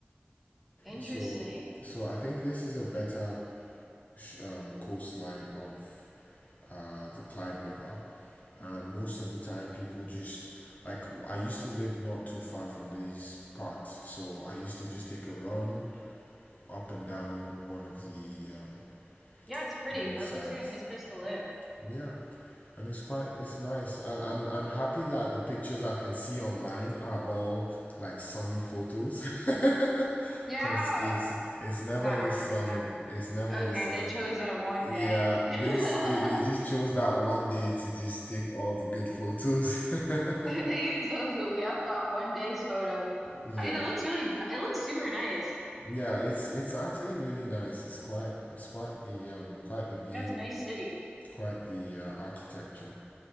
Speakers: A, in the centre; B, on the left.
A: Interesting.
B: So so I think this is a better sh- um, coastline of uh, the Clyde River, and most of the time people just like I used to live not too far from these parts, so I used to just take a run up and down one of the um,
A: Yeah, it's pretty.
B: one of
A: That
B: the sides.
A: looks like a nice place to live.
B: Yeah, and it's quite it's nice. I, I'm I'm happy that the pictures I can see online are all like sunny photos, <laughs> because
A: Yeah,
B: it's it's never
A: it's not
B: this
A: normally like
B: sunny.
A: that.
B: It's never
A: Okay,
B: this sunny.
A: they chose that one
B: Yeah,
A: day. <laughs>
B: this they, they just chose that one day to just take all the good photos. <laughs>
A: They used those, yep, that one day's photo.
B: Yeah.
A: I mean, it looks really, n- it looks super nice.
B: Yeah, it's it's actually really nice. It's quite it's quite the um quite the view,
A: Yeah, it's a nice city.
B: quite the uh, architecture.